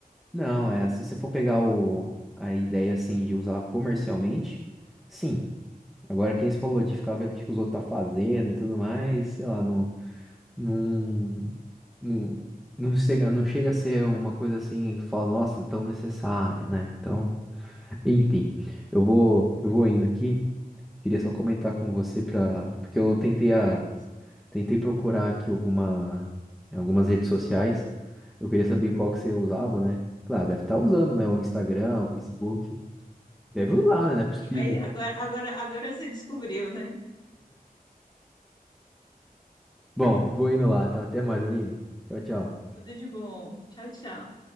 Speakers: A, in the centre; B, on the left.
A: Não, é, se você for pegar o, a ideia assim de usar comercialmente, sim. Agora, quem se falou de ficar vendo o que que os outros tá fazendo e tudo mais, sei lá, não, não, não, não chega, não chega a ser uma coisa assim, fala, nossa, tão necessária, né? Então, <laughs> enfim, eu vou, eu vou indo aqui. Queria só comentar com você para, porque eu tentei a
B: beleza.
A: Tentei procurar aqui alguma, em algumas redes sociais. Eu queria saber qual que você usava, né? Claro, deve estar usando, né? O Instagram, o Facebook. Deve usar, né? Não é possível.
B: Aí agora, agora, agora você descobriu, né?
A: Bom, vou indo lá, tá? Até mais, Aline. Tchau, tchau.
B: Tudo de bom. Tchau, tchau.